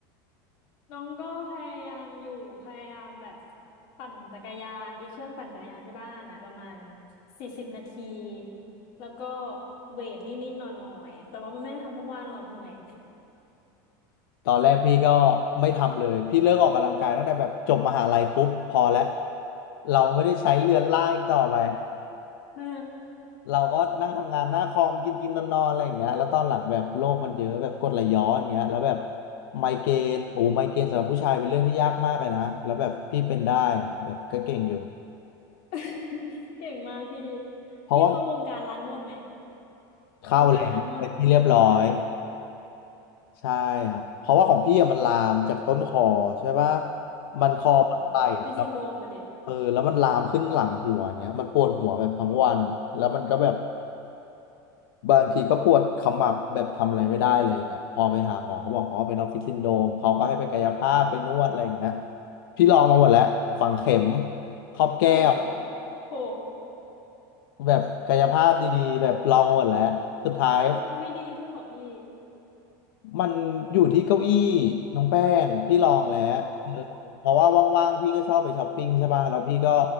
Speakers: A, on the left (about 50°); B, on the left (about 85°).
A: น้องก็พยายามอยู่พยายามแบบปั่นจักรยานไอ้เครื่องปั่นจักรยานที่บ้านอะประมาณสี่สิบนาทีแล้วก็เวทนิดๆหน่อยๆแต่ว่ามันไม่ได้ทำทุกวันหรอกเหนื่อย
B: ตอนแรกพี่ก็ไม่ทำเลยพี่เลิกออกกำลังกายตั้งแต่แบบจบมหาลัยปุ๊บพอแล้วเราไม่ได้ใช้เรือนร่างอีกต่อไป
A: <laughs> เออ
B: เราก็นั่งทำงานหน้าคอมกินกินนอนนอนอะไรอย่างเงี้ยแล้วตอนหลังแบบโรคมันเยอะแบบกรดไหลย้อนอย่างเงี้ยแล้วแบบไมเกรนโอ้ไมเกรนสำหรับผู้ชายเป็นเรื่องที่ยากมากเลยนะแล้วแบบพี่เป็นได้อะแบบก็เก่งอยู่
A: <laughs> เก่งมากพี่
B: เพราะว่า
A: พี่เข้าวงการร้านนวดไหม
B: เข้าแรงเป็นที่เรียบร้อย
A: วงการร้านนวดเออ
B: ใช่ครับเพราะว่าของพี่อะมันลามจากต้นคอใช่ปะมันคอปลาอะแล้ว
A: อ๋อออฟฟิศซินโดรมอะดิ
B: เออแล้วมันลามขึ้นหลังหัวอย่างเงี้ยมันปวดหัวแบบทั้งวันอ่ะแล้วมันก็แบบบางทีก็ปวดขมับแบบทำอะไรไม่ได้เลยอย่างเงี้ยพอไปหาหมอก็บอกอ๋อเป็นออฟฟิศซินโดรมเขาก็ให้ไปกายภาพไปนวดอะไรอย่างเงี้ยพี่ลองมาหมดแล้วฝังเข็มครอบแก้ว
A: โหโห
B: แบบกายภาพดีๆแบบลองมาหมดแล้วสุดท้าย
A: แล้วมันไม่ดีขึ้นหรอพี่
B: มันอยู่ที่เก้าอี้น้องแป้งพี่ลองแล้วเออเพราะว่าว่างๆพี่ก็ชอบไปช้อปปิ้งใช่ป่ะแล้วพี่ก็
A: อ๋อ